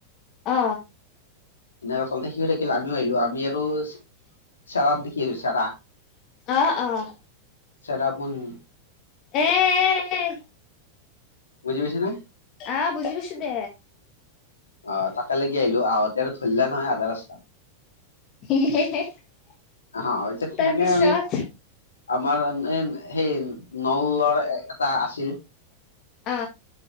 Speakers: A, on the left; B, on the left.
A: অ।
B: সেনেকে <unintelligible> সিও থাকিল আমিও আহিলো আমি আৰু চেৰাত দেখি আছো চেৰা।
A: অ অ
B: চেৰাপুঞ্জী
A: এই
B: বুজি পাইছানে?
A: অ বুজি পাইছো দে।
B: অ তাকে লেকি আহিলো আহোঁতে আৰু ধৰিলে নহয় আধা ৰাস্তা
A: <unintelligible>
B: অ তেনেকে
A: তাৰপিছত
B: আমি আমাৰ সেই নলৰ এটা আছিল
A: অ।